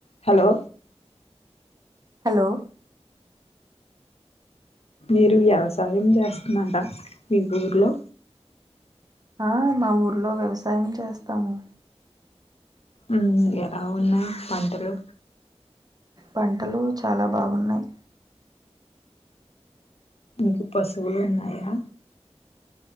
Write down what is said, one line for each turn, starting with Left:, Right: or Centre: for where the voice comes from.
Left: hello
Right: hello
Left: మీరు వ్యవసాయం చేస్తున్నార మీ ఊర్లో
Right: ఆ మా ఊర్లో వ్యవసాయం చేస్తాము
Left: మ్మ్ ఎలా ఉన్నాయి పంటలు
Right: పంటలు చాలా బాగున్నాయి
Left: మీకు పశువులు ఉన్నాయా